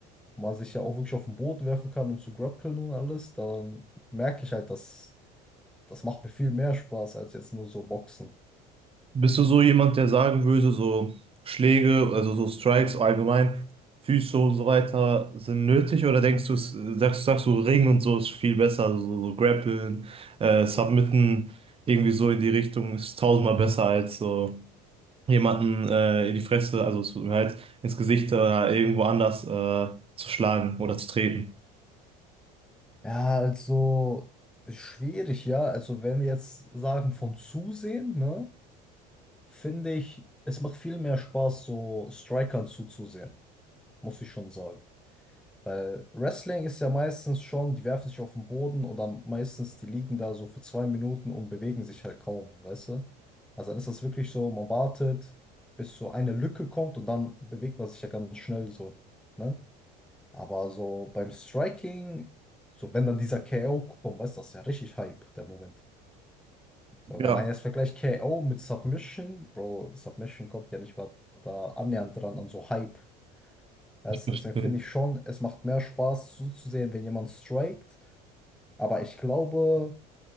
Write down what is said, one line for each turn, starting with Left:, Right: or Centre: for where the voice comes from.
Centre: wo man sich ja auch wirklich auf den Boden werfen kann und zu grappeln und alles, dann merke ich halt, dass das macht mir viel mehr Spaß als jetzt nur so Boxen.
Right: Bist du so jemand, der sagen würde, so Schläge, also so Strikes allgemein, Füße und so weiter sind nötig? Oder denkst du, es- sagst, sagst du, Ring und so ist viel besser, also so, so Grappeln, äh, Submitten, irgendwie so in die Richtung ist tausendmal besser als so. jemanden äh, in die Fresse, also zu, halt ins Gesicht oder irgendwo anders äh, zu schlagen oder zu treten.
Centre: Ja, also schwierig, ja. Also wenn wir jetzt sagen von zusehen, ne, finde ich, es macht viel mehr Spaß, so Strikern zuzusehen, muss ich schon sagen. Weil Wrestling ist ja meistens schon, die werfen sich auf den Boden und dann meistens, die liegen da so für zwei Minuten und bewegen sich halt kaum, weißt du? Also dann ist das wirklich so, man wartet, bis so eine Lücke kommt und dann bewegt man sich ja ganz schnell so, ne? Aber so beim Striking, so wenn dann dieser KO kommt, weißt du, das ist ja richtig Hype, der Moment. So,
Right: Ja,
Centre: wenn man jetzt vergleicht KO mit Submission, Bro, Submission kommt ja nicht mal da annähernd dran an so Hype. Weißt
Right: ich verstehe.
Centre: du, deswegen finde ich schon, es macht mehr Spaß zuzusehen, wenn jemand strikt. Aber ich glaube,